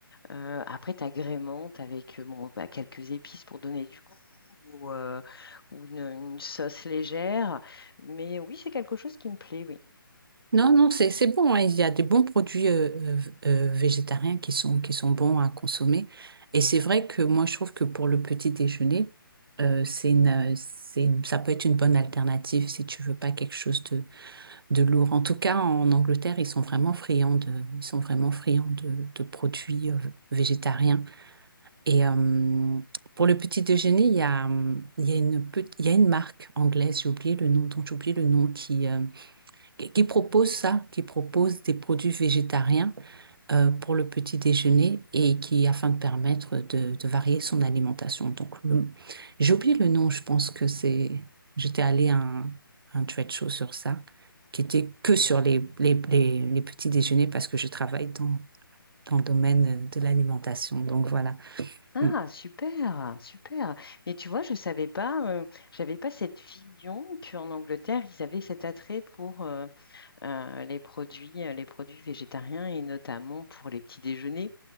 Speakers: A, on the left; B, on the right.
A: Euh, après, tu agrémentes avec euh, bon, bah, quelques épices pour donner du goût ou, euh, ou une, une sauce légère. Mais oui, c'est quelque chose qui me plaît, oui.
B: Non, non, c'est c'est bon. hein. Il y a des bons produits euh, euh, euh, végétariens qui sont qui sont bons à consommer. Et c'est vrai que moi, je trouve que pour le petit déjeuner, euh, c'est une, euh, c'est une- ça peut être une bonne alternative si tu veux pas quelque chose de de lourd. En tout cas, en Angleterre, ils sont vraiment friands de ils sont vraiment friands de, de produits euh, végétariens. Et euh, pour le petit déjeuner, il y a hum, il y a une pe- il y a une marque anglaise. J'ai oublié le nom, dont j'ai oublié le nom qui euh, qui propose ça, qui propose des produits végétariens euh, pour le petit déjeuner et qui afin de permettre de, de varier son alimentation. Donc le- j'ai oublié le nom, je pense que c'est j'étais allée à un, un trade show sur ça, qui était que sur les, les, les, les petits déjeuners parce que je travaille dans, dans le domaine de l'alimentation. Donc voilà.
A: Ah,
B: Mm.
A: super, super. Mais tu vois, je savais pas, euh, j'avais pas cette vision qu'en Angleterre, ils avaient cet attrait pour euh, euh, les produits, euh, les produits végétariens et notamment pour les petits déjeuners.